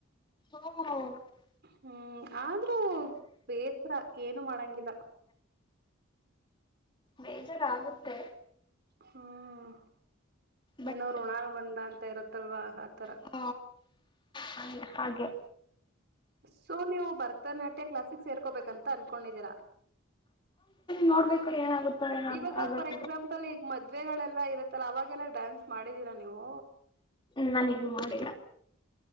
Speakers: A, on the left; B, on the right.
A: ಹ್ಮ
B: ಹ್ಮ್ ಆದ್ರೂ ಬೇಸರ ಏನು ಮಾಡಂಗಿಲ್ಲ
A: ಬೇಜಾರಾಗುತ್ತೆ
B: ಹ್ಮ್
A: ಬಟ್
B: ಏನೋಋಣಾಗ ಬಂದ ಅಂತ ಇರತ್ತಲ್ವಾ ಆತರ
A: ಹ ಹಂಗ ಹಾಗೆ
B: ಸೊ ನೀವು ಭರತನಾಟ್ಯ ಕ್ಲಾಸಿಕ್ ಸೇರ್ಕೋಬೇಕಂತ ಅನ್ಕೊಂಡಿದ್ದೀರಾ
A: ನೋಡ್ಬೇಕ್ರ ಏನಾಗುತ್ತೆ
B: ಇವಾಗ
A: ಆಗಲ್
B: ಫಾರ್ ಎಕ್ಸಾಂಪಲ್ ಈಗ ಮದ್ವೆಗಳೆಲ್ಲಾ ಇರತ್ತಲ್ಲ ಅವಾಗೆಲ್ಲ ಡಾನ್ಸ್ ಮಾಡಿದೀರಾ ನೀವು
A: ಹ್ಮ ನಾನ ಇೂ ಮಾಡಿಲ್ಲ